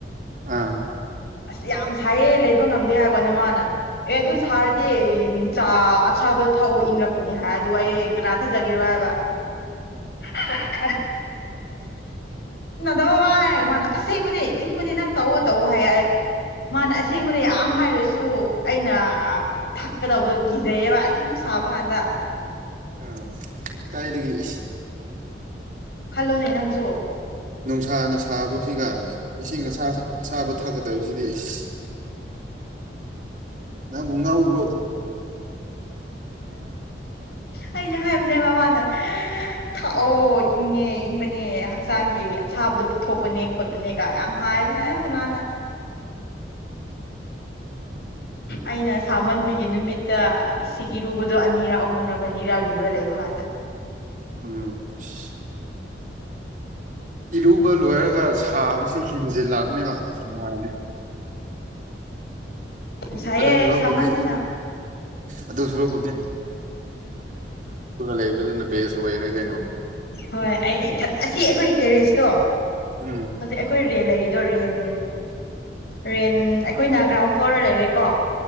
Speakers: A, on the right; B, on the left.
A: ꯑꯥ
B: ꯑ꯭ꯁ ꯌꯥꯝ ꯁꯥꯏꯌꯦ ꯂꯩꯕ ꯉꯝꯗꯦ ꯍꯥꯏꯋꯥꯅ ꯃꯥꯅ ꯑꯦ ꯑꯗꯨ ꯁꯥꯔꯗꯤ ꯏꯟ ꯆꯥ ꯑꯁꯥꯕ ꯊꯛꯑꯣ ꯏꯪꯂꯛꯄꯅꯤ ꯍꯥꯏꯔ ꯑꯗꯨ ꯑꯩ ꯀꯅꯥ ꯊꯥꯖꯒꯦꯔꯣ ꯍꯥꯏꯕ <unintelligible> ꯇꯑꯣꯋꯥ ꯍꯥꯏꯔꯒ ꯃꯥꯅ ꯑꯁꯦꯡꯕꯅꯦ ꯏꯪꯕꯅꯦ ꯅꯪ ꯇꯧꯑꯣ ꯇꯧꯑꯣ ꯍꯥꯏꯑꯦ ꯑ ꯃꯥꯅ ꯑꯁꯦꯡꯕꯅꯦ
A: ꯎꯝ
B: ꯌꯥꯝ ꯍꯥꯏꯔꯁ ꯇꯣ ꯑꯩꯅ ꯑ ꯊꯛꯀꯗꯧꯕꯗꯣ ꯀꯤꯖꯩꯌꯦꯕ ꯑꯁꯤꯃꯨꯛ ꯁꯥꯕ ꯀꯥꯟꯗ
A: <unintelligible> ꯀꯥꯏꯗꯒꯤ ꯏ꯭ꯁ
B: ꯈꯜꯂꯣꯅꯦ ꯅꯪꯖꯨ
A: ꯁꯥꯅ ꯁꯥꯕꯁꯤꯒ ꯏ ꯏꯁꯤꯡ ꯑꯁꯥ ꯊꯛ ꯑꯁꯥꯕ ꯊꯛꯀꯗꯕꯁꯤꯗꯤ ꯏ꯭ꯁ ꯅꯪꯕꯨ ꯉꯥꯎꯕ꯭ꯔꯣ
B: <inaudible> ꯑꯩꯁꯨ ꯍꯥꯏꯕꯅꯦꯕ ꯃꯥꯅ ꯊꯛꯑꯣ ꯏꯪꯉꯦ ꯏꯪꯕꯅꯦ ꯍꯛꯆꯥꯡꯒꯤ ꯑꯁꯥꯕꯗꯣ ꯄꯨꯊꯣꯛꯄꯅꯦ ꯈꯨꯠ ꯄꯅꯦꯀꯥ ꯌꯥꯝ ꯍꯥꯏꯕꯅꯦ ꯑꯦ ꯀꯅꯥꯅ ꯑꯩꯅ ꯁꯥꯃꯟꯕꯒ ꯒꯤ ꯅꯨꯃꯤꯠꯇ ꯏꯁꯤꯡ ꯏꯔꯨꯕꯗꯨ ꯑꯅꯤꯔꯥ ꯑꯍꯨꯝꯔꯥ ꯃꯔꯤꯔꯥ ꯂꯨꯔ ꯂꯩꯕ ꯀꯥꯟꯗ
A: ꯎꯝ ꯏ꯭ꯁ ꯏꯔꯨꯕ ꯂꯣꯏꯔꯒ ꯁꯥꯕꯁꯦ ꯍꯦꯟꯖꯤꯜꯂꯛꯕꯅꯦꯕ ꯅꯨꯉꯥꯏꯗꯦ
B: ꯌꯥꯝ ꯁꯥꯏꯌꯦ
A: ꯑꯗꯨ ꯁꯨꯔꯨꯛꯄꯨꯗꯤ
B: ꯁꯥꯃꯟꯗꯅ
A: ꯑꯗꯨꯁꯨꯔꯨꯛ
B: <inaudible>
A: ꯂꯩꯕꯗꯨꯅ ꯕꯦꯁ ꯑꯣꯏꯔꯦ ꯀꯩꯅꯣ
B: ꯍꯣꯏ ꯑꯩ ꯏꯊꯟ ꯑꯁꯤ ꯑꯩꯈꯣꯏꯒꯤ ꯇꯦꯔꯦꯁꯇꯣ
A: ꯎꯝ
B: ꯍꯧꯖꯤꯛ ꯑꯩꯈꯣꯏ ꯔꯦꯟ ꯂꯩꯔꯤꯗꯣ ꯔꯦꯟ ꯔꯦꯟ ꯑꯩꯈꯣꯏꯅ ꯒ꯭ꯔꯥꯎꯟ ꯐ꯭ꯂꯣꯔꯗ ꯂꯩꯔꯦꯀꯣ